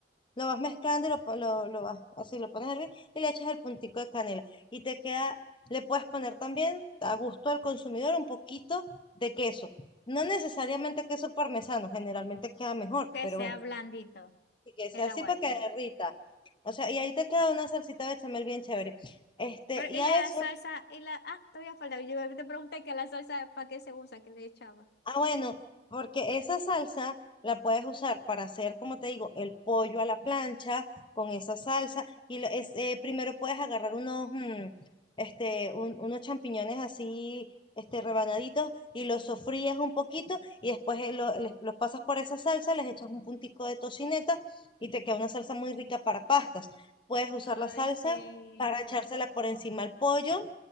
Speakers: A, on the left (about 30°); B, on the left (about 65°).
A: lo vas mezclando y lo, po- lo, lo vas, así lo pones a hervir y le echas el puntico de canela. Y te queda, le puedes poner también a gusto al consumidor un poquito de queso. No necesariamente queso parmesano, generalmente queda mejor,
B: Que
A: pero
B: sea
A: bueno,
B: blandito
A: y que
B: el
A: sea así
B: aguacate.
A: para que derrita. O sea, y ahí te queda una salsita bechamel bien chévere. Este,
B: Pero,
A: y
B: y
A: a
B: la
A: eso
B: salsa, y la, ah, todavía falta. Yo te pregunté que la salsa, ¿para qué se usa? ¿Qué le echaba?
A: Ah, bueno, porque esa salsa la puedes usar para hacer, como te digo, el pollo a la plancha con esa salsa. Y lo- es, eh, primero puedes agarrar unos, mm, este, un- unos champiñones así, este, rebanaditos y los sofríes un poquito y después eh, lo- les- los pasas por esa salsa, les echas un puntico de tocineta y te queda una salsa muy rica para pastas. Puedes usar
B: Ay,
A: la salsa
B: sí.
A: para echársela por encima al pollo